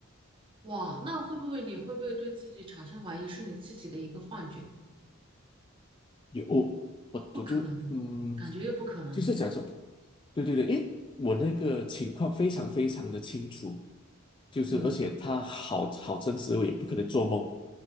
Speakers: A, on the right; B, on the left.
A: 哇，那会不会你会不会对自己产生怀疑，是你自己的一个幻觉？
B: 有我我就嗯，
A: 不可能，感觉又不可能。
B: 就是假装，对对对，诶，我那个情况非常非常的清楚。就是而且他好好真实，
A: 嗯，
B: 我也不可能做梦，